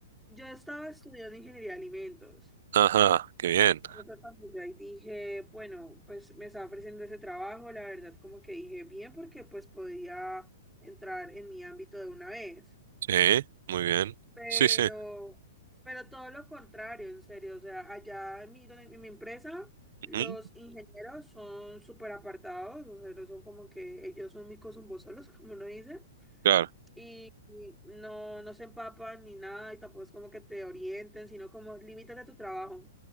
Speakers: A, in the centre; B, on the right (about 60°).
A: yo estaba estudiando ingeniería de alimentos.
B: Ajá, qué bien.
A: Entonces cuando yo ahí dije, bueno, pues me estaba ofreciendo ese trabajo, la verdad, como que dije bien, porque pues podía entrar en mi ámbito de una vez.
B: Sí, muy bien.
A: Pero,
B: Sí, sí.
A: pero todo lo contrario, en serio. O sea, allá en mi, donde- en mi empresa, los
B: Ujú,
A: ingenieros son súper apartados, o sea, no son como que ellos son micos zumbosolos, <laughs> como uno dice,
B: Claro.
A: y, y no, no se empapan ni nada, y tampoco es como que te orienten, sino como limítate a tu trabajo.